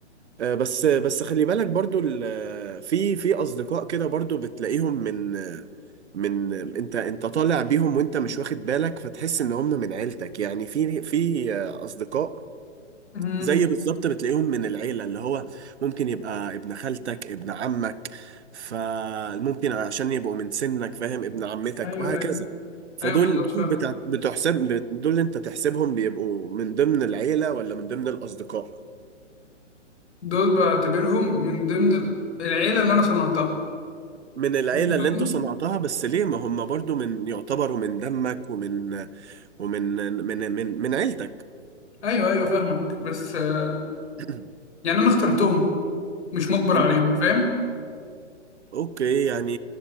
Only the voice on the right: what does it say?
آه، بس بس خلي بالك برضو ال- في في اصدقاء كده برضو بتلاقيهم من من انت انت طالع بيهم وانت مش واخد بالك فتحس ان هم من عيلتك يعني في في اصدقاء
زي بالظبط بتلاقيهم من العيلة اللي هو ممكن يبقى ابن خالتك ابن عمك فممكن عشان يبقوا من سنك فاهم ابن عمتك
وهكذا
فدول
دول
بتاع بتحسب بت- دول انت تحسبهم بيبقوا من ضمن العيلة ولا من ضمن الأصدقاء
من العيلة
اللي
انت صنعتها بس ليه ما هم برضو من يعتبروا من دمك ومن ومن من من من عيلتك
<clears throat>
انت
اوكي يعني